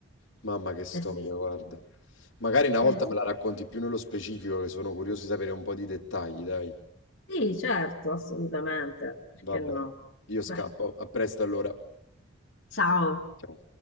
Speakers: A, on the left; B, on the left.
A: Mamma che storia,
B: spessissimo.
A: guarda. Magari una volta
B: Eh, sì,
A: me la racconti più nello specifico, che sono curioso di sapere un po' di dettagli, dai.
B: sì, certo, assolutamente, perché
A: Va bene.
B: no?
A: Io scappo.
B: Beh,
A: A presto allora.
B: ciao.
A: Ciao.